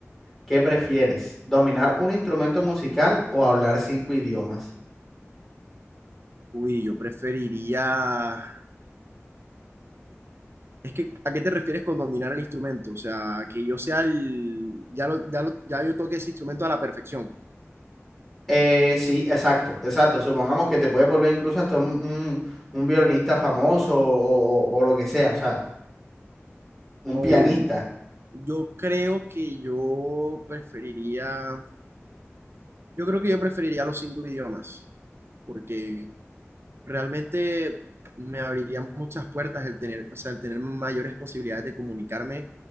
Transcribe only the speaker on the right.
Uy, yo preferiría Es que, ¿a qué te refieres con dominar el instrumento? O sea, que yo sea el, ya lo- ya lo- ya yo toque ese instrumento a la perfección.
O
yo creo que yo preferiría, yo creo que yo preferiría los cinco idiomas, porque realmente me abriría muchas puertas el tener, o sea, el tener mayores posibilidades de comunicarme